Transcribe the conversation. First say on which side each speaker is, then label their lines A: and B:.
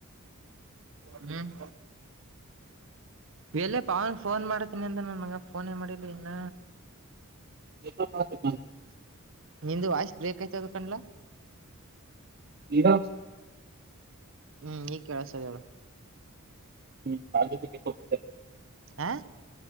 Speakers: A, on the right (about 60°); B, on the right (about 45°).
A: ಹ್ಮ್ ಎಲೆ ಪವನ್ ಫೋನ್ ಮಾಡ್ತೀನಿ ಅಂತ ನನ್ ಮಗ ಫೋನ್ ಮಾಡಲಿ ಇನ್ನ
B: <unintelligible> ಎ
A: ನಿಂದು ವಾಶ್ ಬ್ರೇಕಕ್ ಆಯ್ತದ ಕಣ್ಲ
B: ಇದ
A: ಹ್ಮ್ ಈಗ್ ಕೇಳಸದ
B: ಹ್ಮ್ ಅ
A: ಹಾ